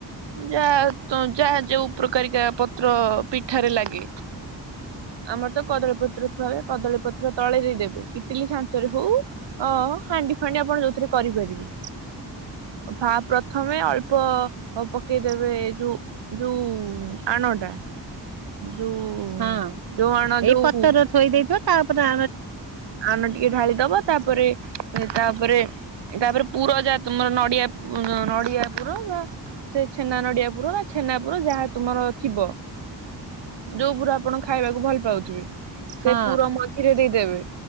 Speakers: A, on the right; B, on the right.
A: ଯାହା ତ ଯାହା ଯୋଉ ପ୍ରକାରି କା ପତ୍ର ପିଠାରେ ଲାଗେ। ଆମର ତ କଦଳୀପତ୍ର ଥୁଆ ହୁଏ କଦଳୀ ପତ୍ର ତଳେ ଦେଇଦେବେ। ଇଟିଲି ଛାଞ୍ଚରେ ହଉ ଅ ହାଣ୍ଡି ଫାଣ୍ଡି ଆପଣ ଯୋଉଥିରେ କରିପାରିବେ। ଫା ପ୍ରଥମେ ଅଳ୍ପ। ଅ ପକେଇ ଦେବେ ଯୋଉ ଯୋଉ ଆଣ ଟା। ଯୋଉ
B: ହଁ
A: ଯୋଉ ଆଣ
B: ଏଇ
A: ଯୋଉ।
B: ପତର ଥୋଇ ଦେଇଥିବ ତାପରେ ଆ
A: ଆଣ ଟିକେ ଢାଳି ଦବ ତାପରେ ତାପରେ ତାପରେ। ପୁର ଯାହା ତୁମର ନଡିଆ ପୁ ନଡିଆ ପୁର ବା। ସେ ଛେନା ନଡିଆ ପୁର ବା ଛେନା ପୁର ଯାହା ତୁମର ଥିବ। ଯୋଉ ପୁର ଆପଣ ଖାଇବାକୁ ଭଲ ପାଉଥିବେ ସେ
B: ହଁ
A: ପୁର ମଝିରେ ଦେଇଦେବେ।